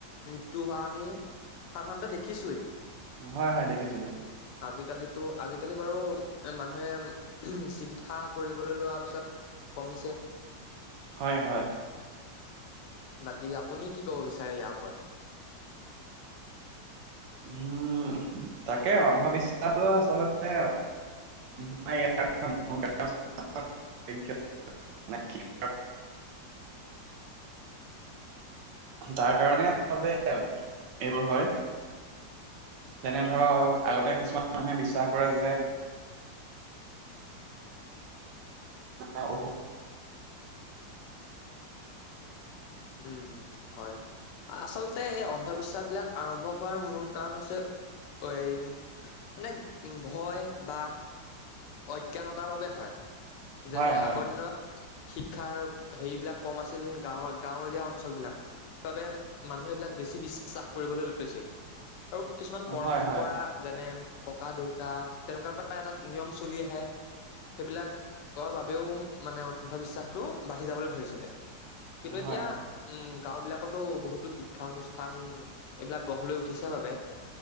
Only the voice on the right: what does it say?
হয় হয় দেখিছো দেখিছো।
হয়, হয়।
উম তাকে, অন্ধবিশ্বাসটো আচলতে <unintelligible> তাৰ কাৰণে আচলতে এইবোৰ হয়। যেনে ধৰক, আগতে কিছুমান মানুহে বিশ্বাস কৰে যে এ <unintelligible>
হয় হয়
হয়
হয়
হয় হয়
হয়